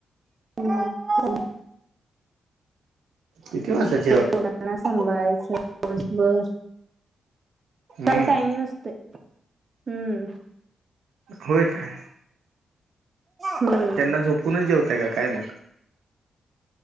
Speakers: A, on the right; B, on the right.
A: हम्म हम्म
B: किती वाजली
A: दोघांना सांभाळायच दिवसभर
B: हम्म
A: काय टाईम नसतोय हम्म
B: होय काय
A: होय
B: त्यांना झोपूनच जेवताय का काय मग